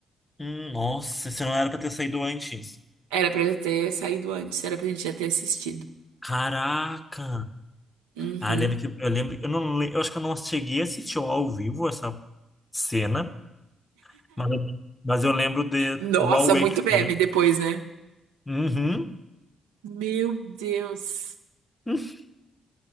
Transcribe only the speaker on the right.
Era pra já ter saído antes, era pra gente já ter assistido.
Uhum.
Nossa,
muito
meme
depois, né?
Meu Deus.